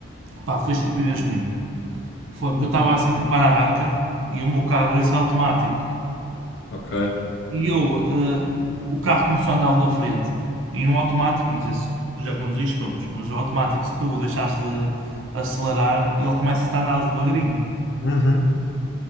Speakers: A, on the right (about 70°); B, on the left (about 55°).
A: pá, foi estupidez minha. Foi porque
B: Uhum.
A: eu estava assim no para-arranca e o meu carro esse é automático.
B: Ok.
A: E eu, eh, o carro começou a andar o da frente. E no automático, não sei se já conduziste, pronto, mas o automático, se tu o deixares de acelerar, ele começa a andar devagarinho.
B: Uhum.